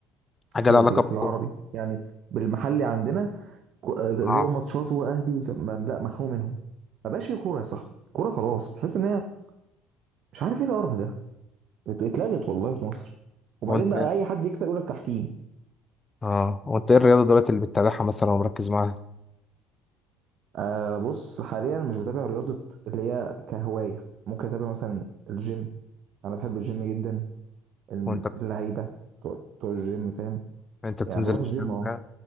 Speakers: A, on the left; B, on the right.
A: حاجه
B: في
A: لها
B: ال-
A: علاقه بالكوره
B: في العربي يعني بالمحلي عندنا كو- آه، اللي
A: اه
B: هو ماتشاته واهلي وزم... لا مخنوق منهم ما بقاش في كورة يا صاحبي كورة خلاص بحس ان هي مش عارف ايه القرف ده ات- اتلغت والله في مصر وبعدين
A: وانت
B: بقى
A: إيه؟
B: اي حد يكسب يقول لك تحكيم
A: اه وانت ايه الرياضه دلوقتي اللي بتتابعها مثلا ومركز معاها
B: أه بص حاليا مش بتابع رياضة اللي هي كهواية ممكن أتابع مثلا الجيم أنا بحب الجيم جدا الم-
A: وانت
B: اللعيبة بتوع بتوع الجيم فاهم
A: انت بتنزل
B: يعني بروح
A: الجيم
B: الجيم أه
A: ده